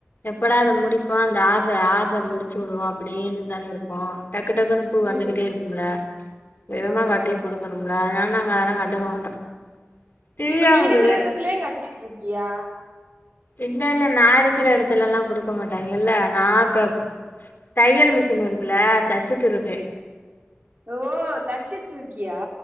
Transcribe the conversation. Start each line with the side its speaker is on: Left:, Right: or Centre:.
Left: எப்படா அத முடிப்போ அந்த ஆட்ர ஆட்ர முடிச்சி வுடுவோ அப்டீனுதான இருப்போ டக்கு டக்குனு துப்பு
Right: ம்
Left: வந்துகிட்டே
Right: ம்
Left: இருக்கும்ல வேகமா
Right: ஆமா
Left: கட்டி
Right: ஆமா
Left: குடுகணும்ல அதனால நாங்க அதலா கண்டுக்க மாட்டோ திவ்யாவு
Right: இப்ப நீ இருக்கிற
Left: இப்பவே
Right: எடத்லே கட்சிட்டிருக்கியா
Left: இல்ல இல்ல நா இருக்கிற எடத்துலல்லா குடுக்க மாட்டாங்க இல்ல நா இப்ப தையல் மிசின் இருக்குல தச்சிட்டிருக்கு
Right: ஓ தச்சிட்ருக்கியா